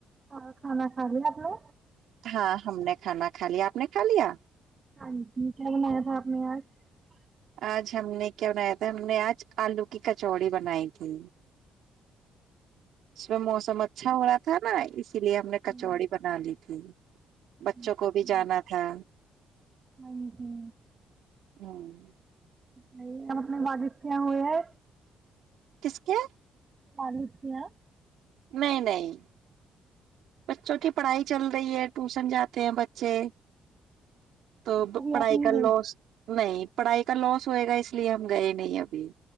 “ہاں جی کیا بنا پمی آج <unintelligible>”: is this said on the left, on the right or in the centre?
Right